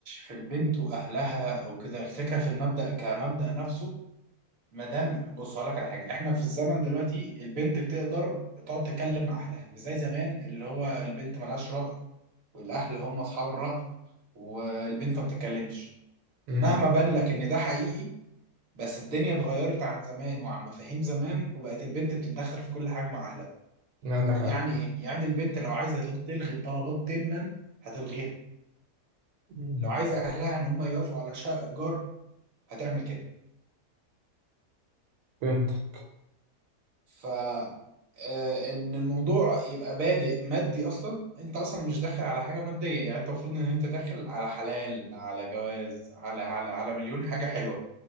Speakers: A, on the right (about 55°); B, on the right (about 75°).
A: في البنت وأهلها أو كده الفكرة في المبدأ كمبدأ نفسه مادام بص هقولك على حاجة إحنا في الزمن دلوقتي البنت بتقدر تقعد تتكلم مع أهلها مش زي زمان اللي هو البنت ملهاش رأي والأهل هم أصحاب الرأي والبنت ما بتتكلمش
B: امم
A: مهما بان لك إن ده حقيقي بس الدنيا اتغيرت عن زمان وعن مفاهيم زمان وبقت البنت بتتدخل في كل حاجة مع أهلها
B: عندك حق
A: يعني إيه؟ يعني البنت لو عايزة تلغي الطلبات تما هتلغيها
B: مم.
A: لو عايزة أهلها إن هم يوافقوا على شقة إيجار هتعمل كده
B: فهمت
A: ف آه، ان الموضوع يبقى بادئ مادي اصلا انت اصلا مش داخل على حاجه ماديه يعني انت المفروض ان انت داخل على حلال على جواز على على على مليون حاجه حلوه